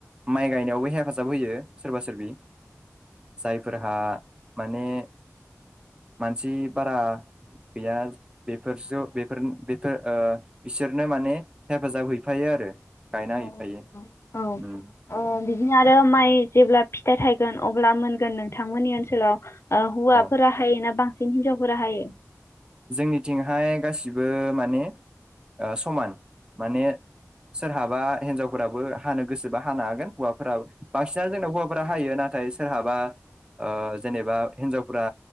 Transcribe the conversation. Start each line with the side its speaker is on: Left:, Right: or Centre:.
Right: माइ गायनायावबो हेफाजाब होयो। सोरबा सोरबि जायफोरहा माने मानसि बारा गैया बेफोरसो-बेफोर-बेफोर ओ बिसोरनो माने हेफाजाब हैफायो आरो। गायना
Left: औ
Right: हैफायो
Left: औ
Right: उम
Left: ओ बिदिनो आरो माइ जेब्ला फिथाइ थायगोन अब्ला मोनगोन नोंथांमोननि ओनसोलाव हौवाफोरा
Right: औ
Left: हाय ना बां सिन हिनजावफोरा हायो।
Right: जोंनिथिंहाय गासै बिबो माने ओ समान माने सोरहाबा बा हिनजावफोराबो हानो गोसोबा हानो हागोन हौवा फ्रा बांसिनानो जोंना हौवाफोरा हायो। नाथाय सोर हाबा ओ जेनेबा हिनजावफोरा